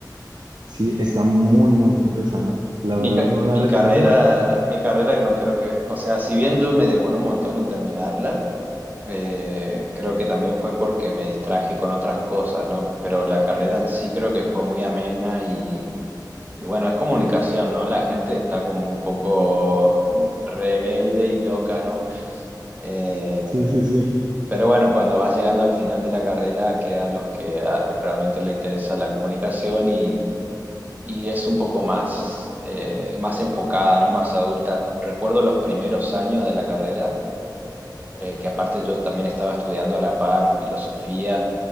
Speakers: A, on the right (about 70°); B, on the right (about 25°).
A: Sí, está muy, muy pesada. La
B: Mi,
A: verdad
B: ca-
A: no la
B: mi
A: recomiendo.
B: carrera, mi carrera no creo que, o sea, si bien yo me demoré un montón en terminarla, eh, creo que también fue porque me distraje con otras cosas, ¿no? Pero la carrera en sí creo que fue muy amena y, y bueno, es comunicación, ¿no? La gente está como un poco <laughs> rebelde y loca, ¿no? Eh,
A: Sí, sí, sí.
B: Pero bueno, cuando vas llegando al final de la carrera quedan los que ah, realmente le interesa la comunicación y, y es un poco más, eh, más enfocada, ¿no? Más adulta. Recuerdo los primeros años de la carrera, eh, que aparte yo también estaba estudiando a la par filosofía,